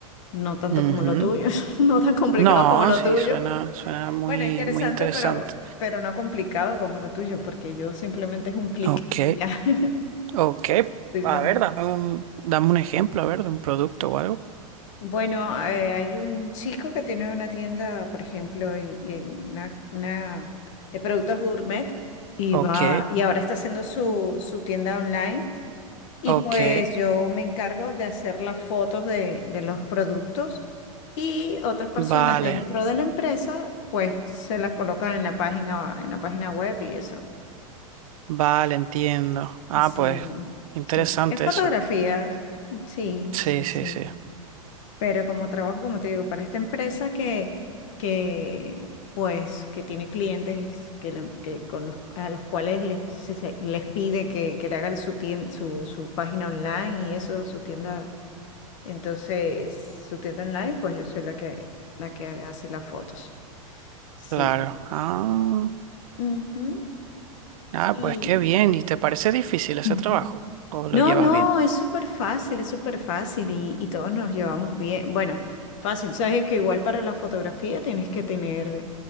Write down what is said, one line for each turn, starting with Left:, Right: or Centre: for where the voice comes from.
Left: No tanto
Right: Ujú.
Left: como lo tuyo, <laughs> no tan complicado
Right: No,
Left: como lo
Right: sí,
Left: tuyo.
Right: suena, suena muy,
Left: Bueno, interesante,
Right: muy interesante.
Left: pero, pero no complicado como lo tuyo, porque yo simplemente es un clic
Right: Ok,
Left: y ya. <laughs>
Right: ok.
Left: Sí,
Right: A
Left: no.
Right: ver, dame un, dame un ejemplo, a ver, de un producto o algo.
Left: Bueno, eh, hay un chico que tiene una tienda, por ejemplo, y, y una, una de productos gourmet y
Right: Ok,
Left: va y ahora está haciendo su, su tienda online y
Right: ok.
Left: pues yo me encargo de hacer las fotos de, de los productos y otras personas
Right: Vale,
Left: dentro de la empresa pues se las colocan en la página en la página web y eso.
Right: vale, entiendo. Ah,
Left: Sí,
Right: pues, interesante
Left: sí, sí. Es fotografía.
Right: eso.
Left: Sí,
Right: Sí,
Left: sí,
Right: sí,
Left: sí.
Right: sí.
Left: Pero como trabajo, como te digo, para esta empresa que, que pues, que tiene clientes que, le- que con los- a los cuales les, se- se- les pide que, que le hagan su, tien- su, su página online y eso, su tienda, entonces, su tienda online, pues yo soy la que, la que hace las fotos. Sí.
Right: Claro. Ah.
Left: Ujú.
Right: Ah,
Left: Y
Right: pues qué bien. ¿Y te parece difícil ese
Left: <clears throat>
Right: trabajo? ¿O lo
Left: No,
Right: llevas
Left: no,
Right: bien?
Left: es súper fácil, es súper fácil y, y todos nos llevamos bien. Bueno, fácil, sabes que igual para la fotografía tienes que tener,